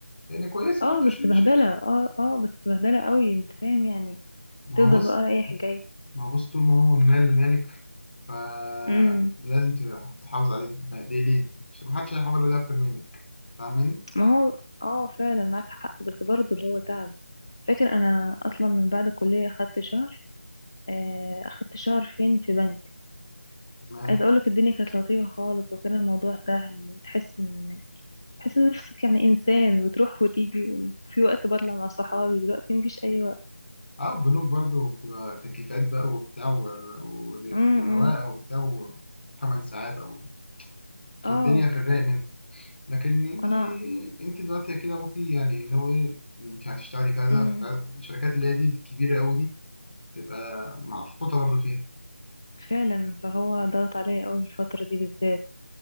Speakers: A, on the left; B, on the left.
A: يعني كويسه
B: اه
A: برضه
B: بس
A: ش...
B: بهدلة
A: ش...
B: اه اه بس بهدلة قوي انت فاهم يعني
A: ما
B: تفضل
A: هو بص
B: بقى رايح جاي
A: ما هو بص طول ما هو من مال مالك فلازم
B: امم
A: تبقى تحافظ عليه تبهدلي ما حدش هيحافظ عليه اكتر منك فاهماني؟
B: ما هو اه فعلا معاك حق بس برضه اللي هو تعب فاكر انا اصلا من بعد الكلية خدت شهر آه، اخدت شهر فين في بنك
A: تمام
B: عايزه اقولك الدنيا كانت لطيفه خالص وكان الموضوع سهل وتحس ان تحس ان نفسك يعني انسان بتروح وتيجي في وقت بطلع مع صحابي دلوقتي مفيش اي وقت
A: اه البنوك برضه بتبقى تكييفات بقى وبتاع ور- ور-
B: امم
A: ورواقه
B: إمم.
A: وبتاع 8 ساعات او فالدنيا
B: اه وك-
A: في الرايق منك لكن انت
B: وانا
A: انت دلوقتي كده ابوكي يعني اللي هو ايه انت هتشتغلي كذا
B: امم
A: في كذا. الشركات اللي هي دي الكبيره قوي دي تبقى معفقوطه برضه فيها
B: فعلا فهو ضغط عليا قوي الفتره دي بالذات